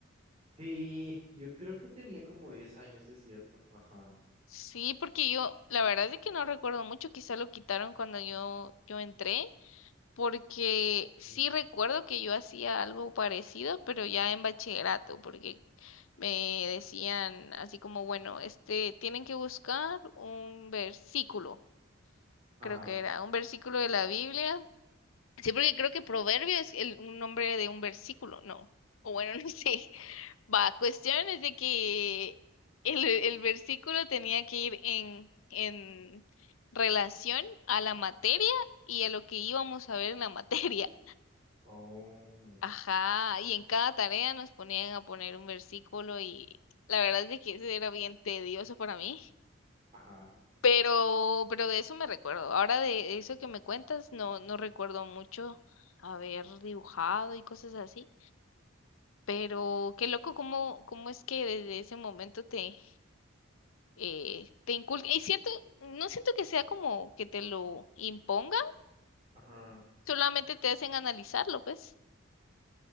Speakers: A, on the right (about 30°); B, on the left (about 80°).
A: Sí, yo creo que tenía como 10 años, es cierto. Ajá.
B: Sí, porque yo, la verdad es que no recuerdo mucho, quizá lo quitaron cuando yo, yo entré, porque sí
A: Sí.
B: recuerdo que yo hacía algo parecido, pero ya en bachillerato, porque me decían así como, bueno, este, tienen que buscar un versículo,
A: Ajá.
B: creo que era un versículo de la Biblia Sí, porque creo que proverbio es el, un nombre de un versículo, ¿no? O bueno, <laughs> no sé. Va, cuestión es de que el, el versículo tenía que ir en, en relación a la materia y a lo que íbamos a ver en la <laughs> materia.
A: Oh,
B: Ajá, y en cada tarea nos ponían a poner un versículo y la verdad es de que eso era bien tedioso para mí.
A: ajá,
B: Pero, pero de eso me recuerdo. Ahora de eso que me cuentas, no, no recuerdo mucho haber dibujado y cosas así. Pero qué loco cómo, cómo es que desde ese momento te, eh, te inculca. Y cierto, no siento que sea como que te lo impongan,
A: ajá.
B: solamente te hacen analizarlo, pues.